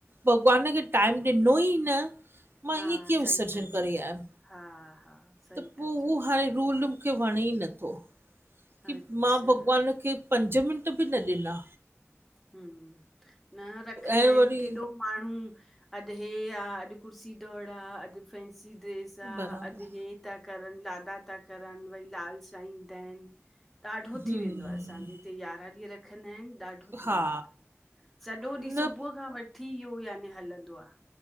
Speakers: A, on the right; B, in the centre.
A: भॻवान खे टाइम ॾिनो ही न मां
B: हा
A: ईअं कीअं
B: सही
A: विसर्जन
B: था
A: करे
B: चओ
A: आहियमि।
B: हा हा सही
A: त पो
B: था
A: उहो
B: चओ
A: हाणे रूल मूंखे वणे ई न थो। की
B: अच्छा
A: मां भॻवान खे पंज मिंट बि न ॾिना।
B: हम्म न रखंदा
A: ऐं
B: आहिनि
A: वरी
B: केॾो माण्हू अजु हे आ अॼु कुर्सी दौड़ आ अॼु फैंसी ड्रेस आ
A: बराबरि
B: अॼु हे ता करनि, लाॾा था करनि, वरी लाल सां ईंदा आहिनि। ॾाढो
A: हम्म,
B: थी वेंदो आहे असांजे यारहां ॾींहं रखंदा आहिनि। ॾाढो थी
A: हा
B: वेंदो आ सॼो
A: न
B: ॾींहुं सुबुह खां वठी ठी वियो यानि हलंदो आ।